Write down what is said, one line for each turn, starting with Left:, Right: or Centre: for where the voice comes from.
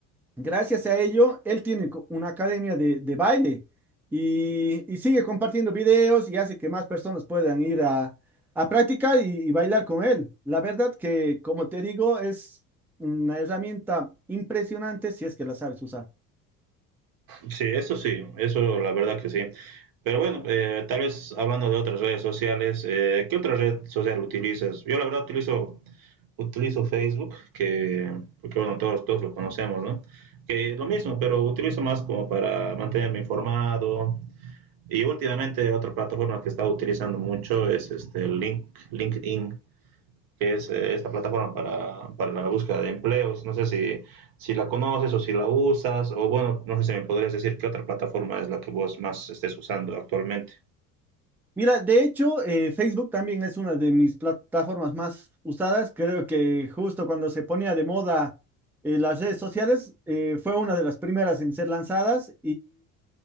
Centre: Gracias a ello, él tiene co- una academia de, de baile y, y sigue compartiendo videos y hace que más personas puedan ir a, a practicar y, y bailar con él. La verdad que, como te digo, es una herramienta impresionante si es que la sabes usar.
Right: sí, eso sí, eso la verdad que sí. Pero bueno, eh, tal vez hablando de otras redes sociales, eh, ¿qué otra red social utilizas? Yo la verdad utilizo utilizo Facebook, que, porque bueno, todos, todos lo conocemos, ¿no? Que lo mismo, pero utilizo más como para mantenerme informado. Y últimamente otra plataforma que he estado utilizando mucho es este Link, LinkedIn, que es eh, esta plataforma para, para la búsqueda de empleos. No sé si, si la conoces o si la usas, o bueno, no sé si me podrías decir qué otra plataforma es la que vos más estés usando actualmente.
Centre: Mira, de hecho, eh, Facebook también es una de mis plataformas más usadas. Creo que justo cuando se ponía de moda eh, las redes sociales, eh, fue una de las primeras en ser lanzadas